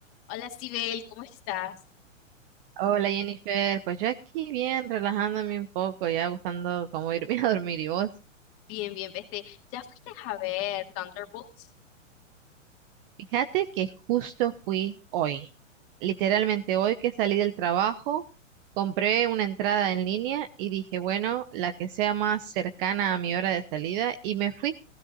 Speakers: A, on the left; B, on the right.
A: Hola, Sibel, ¿cómo estás?
B: Hola Jennifer, pues yo aquí bien, relajándome un poco, ya buscando cómo irme <laughs> a dormir y vos.
A: Bien, bien, vete. ¿Ya fuiste a ver Thunderbolts?
B: Fíjate que justo fui hoy, literalmente hoy que salí del trabajo, compré una entrada en línea y dije, bueno, la que sea más cercana a mi hora de salida y me fui.